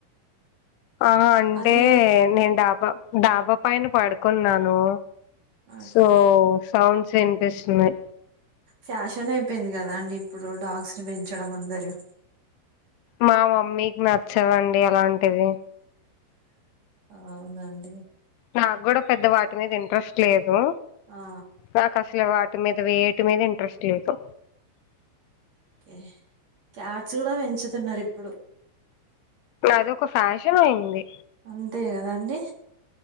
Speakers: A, on the left; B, on the right.
A: ఆ హ అంటే
B: అది
A: నేను డాబా డాబ పైన పడుకున్నాను
B: ఓకే
A: సో సౌండ్స్ వినిపిస్తుంది
B: ఫ్యాషన్ అయిపోయింది కదా అండి ఇప్పుడు డాగ్స్ ని పెంచడం అందరు
A: మా మమ్మీకి నచ్చవండి అలాంటివి
B: అవునా అండి
A: నాకు కూడా పెద్ద వాటి మీద ఇంట్రెస్ట్ లేదు.
B: ఆ
A: నాకు అసలు వా టి మీద వేటి మీద ఇంట్రెస్ట్ లేదు.
B: కే క్యాట్స్ కూడా పెంచుతున్నరు ఇప్పుడు.
A: అది ఒక ఫ్యాషన్ అయింది.
B: అంతే కదండి.